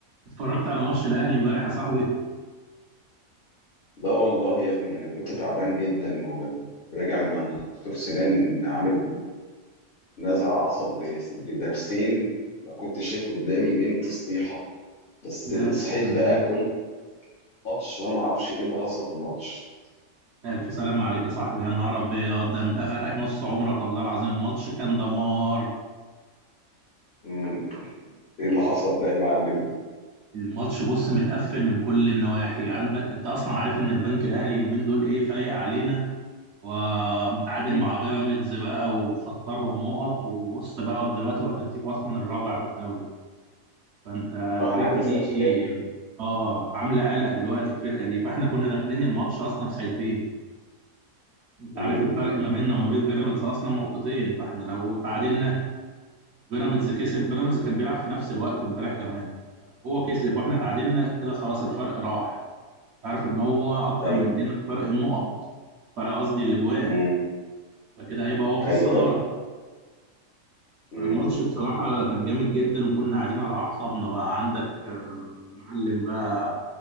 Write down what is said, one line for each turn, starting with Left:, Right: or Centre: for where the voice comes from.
Right: اتفرجت على ماتش الاهلي امبارح يا صاحبي
Left: لا والله يا ابني انا كنت تعبان جدا وراجع من عند دكتور سنان عامل نزع عصب ل- لضرسين ما كنتش شايف قدامي نمت سطيحه بس
Right: لا
Left: صحيت
Right: ألف سلام
Left: بقى كل ماتش وانا ما اعرفش ايه اللي حصل في الماتش
Right: الف سلام عليك يا صاحبي يا نهار ابيض ده انت فاتك نص عمرك والله العظيم الماتش كان دمار
Left: امم ايه اللي حصل ده يا معلم
Right: الماتش بص متقفل من كل النواحي عندك انت اصلا عارف ان البنك الاهلي اليومين دول ايه فايق علينا ومتعادل
Left: مم.
Right: مع بيراميدز بقى وخسرهم نقط وبص بقى دلوقتي هو ترتيبه اصلا الرابع في الدوري فانت الفرقه
Left: اه انا عايز اسال
Right: دي
Left: سؤال
Right: اه عامله قلق دلوقتي الفرقه دي فاحنا كنا داخلين الماتش اصلا خايفين انت
Left: امم
Right: عارف الفرق
Left: أمم.
Right: ما بيننا وما بين بيراميدز اصلا نقطتين فاحنا لو تعادلنا بيراميدز كسب بيراميدز كان بيلعب في نفس الوقت امبارح كمان هو كسب واحنا تعادلنا كده خلاص الفرق راح عارف ان هو اكتر
Left: ايوه
Right: مننا في فرق النقط فرق قصدي الاجوان
Left: امم
Right: فكده هيبقى هو في
Left: ايوه
Right: الصدارة
Left: ايوه امم
Right: الماتش بصراحة كان جامد جدا وكنا قاعدين على اعصابنا بقى عندك آه، معلم بقى